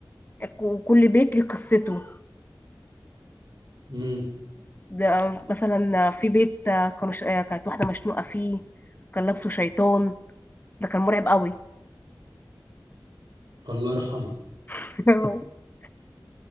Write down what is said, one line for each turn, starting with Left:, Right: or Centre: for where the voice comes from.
Left: وكل بيت ليه قصته
Right: امم
Left: ده مثلا في بيت كانوا ش... آه، كانت واحدة مشنوقة فيه كان لابسه شيطان ده كان مرعب قوي
Right: الله يرحمها
Left: <laughs>